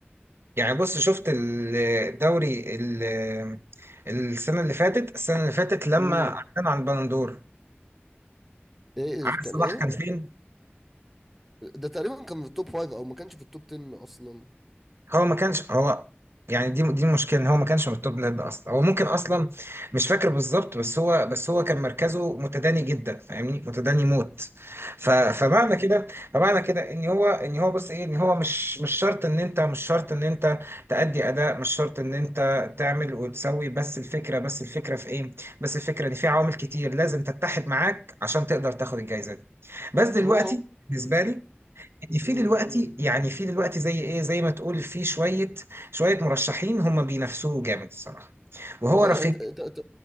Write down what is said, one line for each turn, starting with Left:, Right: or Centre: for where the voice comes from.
Right: يعني بص شفت ال- الدوري ال- السنه اللي فاتت السنه اللي فاتت لما
Centre: امم
Right: كان عن البندور
Centre: ايه
Right: عارف
Centre: كان
Right: صلاح
Centre: ايه
Right: كان فين
Centre: ده تقريبا كان في التوب فايف او ما كانش في التوب 10 اصلا
Right: هو ما كانش هو يعني دي دي المشكله ان هو ما كانش من التوب لاند اصلا هو ممكن اصلا مش فاكر بالظبط بس هو بس هو كان مركزه متداني جدا فاهمني متداني موت ف فمعنى كده فمعنى كده ان هو ان هو بص ايه ان هو مش مش شرط ان انت مش شرط ان انت تأدي اداء مش شرط ان انت تعمل وتسوي بس الفكره بس الفكره في ايه بس الفكره ان في عوامل كتير لازم تتحد معاك عشان تقدر تاخد الجائزه دي بس دلوقتي
Centre: اهو اهو.
Right: بالنسبه لي في
Centre: امم
Right: دلوقتي يعني في دلوقتي زي ايه زي ما تقول في شويه شويه مرشحين هم بينافسوه جامد الصراحه وهو
Centre: ايوه
Right: رفيق
Centre: انت انت, انت